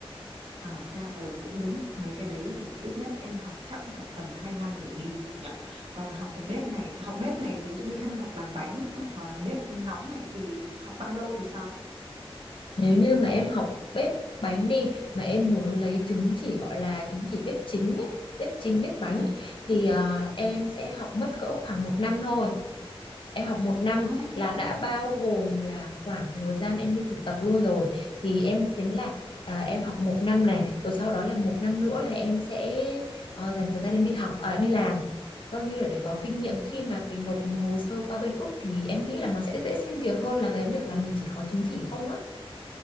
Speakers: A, on the right; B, on the left.
A: Ờ ha, ờ, cũng đúng. Mấy cái đấy thì ít nhất em học chắc cũng phải tầm 2 năm đổ đi nhỉ? Còn học cái bếp này, học bếp này ví dụ như em học làm bánh hoặc là bếp nóng này thì học bao lâu thì xong?
B: Nếu như mà em học bếp bánh đi mà em muốn lấy chứng chỉ gọi là chứng chỉ bếp chính ấy, bếp chính bếp bánh
A: Ừ,
B: thì à, em
A: ừ.
B: sẽ học mất cỡ khoảng một năm thôi. Em học một năm
A: Ờ, thế
B: là
A: cũng
B: đã
A: nhanh.
B: bao gồm là khoảng thời gian em đi thực tập luôn rồi. Thì em tính là à, em học một năm này, rồi sau đó là một năm nữa là em sẽ ờ, dành thời gian em đi học à, đi làm. Coi như là để có kinh nghiệm
A: Ừ.
B: khi mà mình nộp hồ sơ qua bên Úc thì em nghĩ là nó sẽ dễ xin việc hơn là cái việc là mình chỉ có chứng chỉ không á.